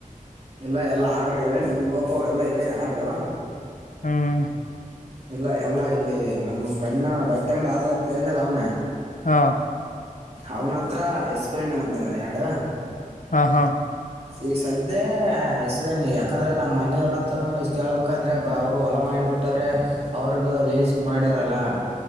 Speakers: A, on the right; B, on the left.
A: ಎಲ್ಲಾ ಎಲ್ಲಾ ಆರ್ಡರು ಹೇಳನಿ ಓಪೋ ಎಲ್ಲ ಹೇಳನಿ ಆರ್ಡರು
B: ಹ್ಮ
A: ಇಲ್ಲ ಎಲ್ಲ ಇಲ್ಲಿ ನಮ್ಮ ಫ್ರೆಂಡ್ ಬಟ್ಟೆ ಅಂಗಡಿ ಆದಗಲ್ಲ ಅಂತ ಹೇಳನಲ್ಲ ಅವ್ನು
B: ಹಾ
A: ಅವನ ಹತ್ರ ಇಸ್ಕೊಂಡಿ ಒಂದಂದು ಎರಡು
B: ಹಾ ಹಾ
A: ಈಗ ಸದ್ಯ ಇಷ್ಟಗ ನೀ ಯಾಕಂದ್ರೆ ನಮ್ಮ್ ಮನೆಯವ್ರತ್ರನು ಇಷ್ಟ ಕೇಳ್ಬಬೇಕಂದ್ರೆ ಅವರು ಹೊಲಾ ಮಾಡಿಬಿಟ್ಟು ಇಟ್ಟರೆ ಅವ್ರಗ ಲೇಸ್ಗೆ ಮಾಡ್ಯಾರಲ್ಲ